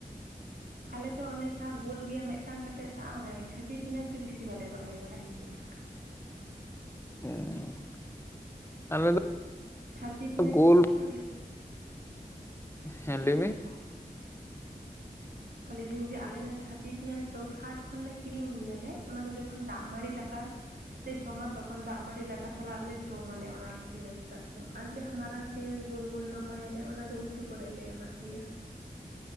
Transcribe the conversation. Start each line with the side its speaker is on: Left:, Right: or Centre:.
Right: ᱟᱞᱮ ᱫᱚ ᱚᱱᱮ ᱡᱟᱦᱟᱸ ᱜᱳᱞ ᱜᱮᱭᱟ ᱢᱤᱫᱴᱟᱝ ᱠᱟᱛᱮᱫ ᱫᱟᱜᱼᱟ ᱚᱱᱟᱜᱮ ᱪᱷᱟᱹᱪᱤ ᱯᱮᱸᱭᱟᱡᱽ ᱫᱚ ᱵᱤᱥᱤ ᱵᱟᱞᱮ ᱨᱚᱦᱚᱭ ᱵᱟᱲᱟᱭ ᱜᱮᱭᱟ᱾
Left: ᱦᱩᱸ ᱟᱞᱮ ᱫᱚ
Right: ᱪᱷᱟᱹᱪᱤ ᱯᱮᱸᱭᱟᱡᱽ
Left: ᱜᱳᱞ
Right: ᱫᱚᱠᱚ
Left: ᱦᱮᱸ ᱞᱟᱹᱭ ᱵᱤᱱ?
Right: <inaudible> ᱚ ᱞᱟᱹᱭᱫᱟᱹᱧ ᱡᱮ ᱟᱞᱮ ᱡᱟᱦᱟᱸ ᱪᱷᱟᱹᱪᱤ ᱯᱮᱸᱭᱟᱡᱽ ᱫᱚ ᱦᱟᱴ ᱠᱷᱚᱱᱞᱮ ᱠᱤᱨᱤᱧ ᱟᱹᱜᱩᱭ ᱟᱞᱮ ᱚᱱᱟ ᱫᱚ ᱡᱚᱠᱷᱚᱱ ᱫᱟᱜ ᱢᱟᱹᱲᱤ ᱫᱟᱠᱟ ᱞᱮ ᱡᱚᱢᱟ ᱛᱚᱠᱷᱚᱱ ᱫᱟᱜ ᱢᱟᱲᱤ ᱫᱟᱠᱟ ᱥᱟᱞᱟᱜ ᱞᱮ ᱡᱚᱢᱟᱞᱮ ᱚᱱᱟ ᱯᱮᱸᱭᱟᱡᱽ ᱴᱟᱜ ᱫᱚ ᱟᱨ ᱡᱟᱦᱟᱸ ᱢᱟᱨᱟᱝ ᱯᱮᱸᱭᱟᱡᱽ ᱜᱳᱞ ᱜᱳᱞ ᱨᱚᱦᱚᱭᱟᱞᱮ ᱚᱱᱟᱫᱚ ᱩᱛᱩ ᱠᱚᱨᱮ ᱞᱮ ᱮᱢᱟᱜ ᱜᱮᱭᱟ᱾